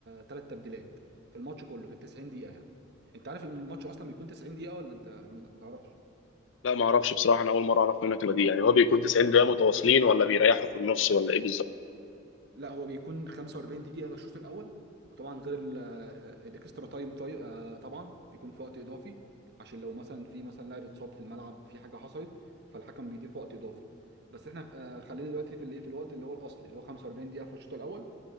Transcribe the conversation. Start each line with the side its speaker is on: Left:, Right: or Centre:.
Right: ثلاث تبديلات في الماتش كله في ال 90 دقيقه يعني انت عارف ان الماتش اصلا بيكون 90 دقيقه ولا انت ما ما تعرفش
Left: لا ما اعرفش بصراحة انا اول مرة اعرف منك المعلومة دي يعني هو بيكون 90 دقيقة متواصلين ولا بيريحوا في النص ولا ايه بالظبط؟
Right: لا هو بيكون 45 دقيقة للشوط الأول وطبعا غير ال- الاكسترا تايم طي... آه، طبعا بيكون في وقت إضافي عشان لو مثلا في مثلا لاعب اتصاب في الملعب في حاجة حصلت فالحكم بيضيف وقت إضافي بس احنا آه، خلينا دلوقتي في الايه في الوقت اللي هو الأصلي اللي هو 45 دقيقة في الشوط الأول